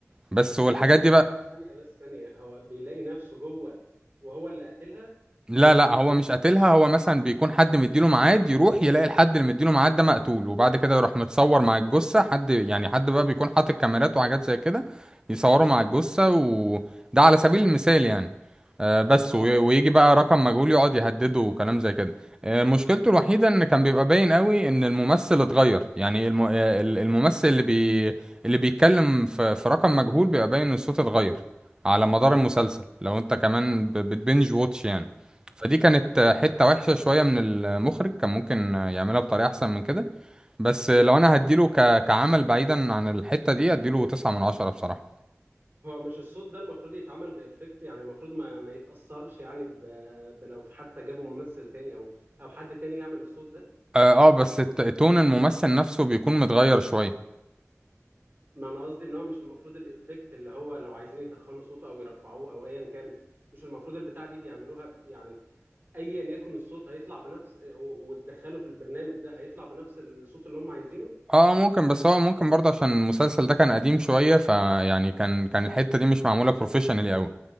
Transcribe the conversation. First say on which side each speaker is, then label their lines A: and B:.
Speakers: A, on the right; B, on the right.
A: بس والحاجات
B: يلاقي ن-
A: دي بقى
B: ث- ثانية بس ثانية هو بيلاقي نفسه جوه وهو اللي قتلها
A: لا لا هو مش قاتلها هو مثلا بيكون حد مديله ميعاد يروح يلاقي الحد اللي مديله ميعاد ده مقتول وبعد كده يروح متصور مع الجثة حد يعني حد بقى بيكون حاطط كاميرات وحاجات زي كده يصوروا مع الجثة وده على سبيل المثال يعني آه، بس
B: اه
A: وي-
B: اه
A: ويجي
B: تمام
A: بقى رقم مجهول يقعد يهدده وكلام زي كده آه، مشكلته الوحيدة ان كان بيبقى باين قوي ان الممثل اتغير يعني الم- آه، ال- الممثل اللي بي اللي بيتكلم في في رقم مجهول بيبقى باين ان الصوت اتغير على مدار المسلسل لو انت كمان ب- بتبنج واتش يعني فدي كانت حتة وحشة شوية من المخرج كان ممكن يعملها بطريقة أحسن من كده بس لو أنا هديله ك... كعمل بعيدا عن الحتة دي هديله تسعة من عشرة بصراحة
B: هو مش الصوت ده المفروض يتعمل بإفكت يعني المفروض ما ما يتأثرش يعني ب... بلو حتى جابوا ممثل تاني او او حد تاني يعمل الصوت ده
A: آه, آه بس الت- تون الممثل نفسه بيكون متغير شوية
B: ما انا قصدي ان هو مش المفروض الافكت اللي هو لو عايزين يتخنوا صوته او يرفعوه او ايا كان مش المفروض البتاع دي بيعملوها ب- يعني ايا يكن الصوت هيطلع بنفس و- وتدخله في البرنامج ده هيطلع بنفس الصوت اللي هم عايزينه
A: آه آه، ممكن بس هو ممكن برضه عشان المسلسل ده كان قديم شوية فيعني كان كان الحتة دي مش معمولة بروفيشنالي أوي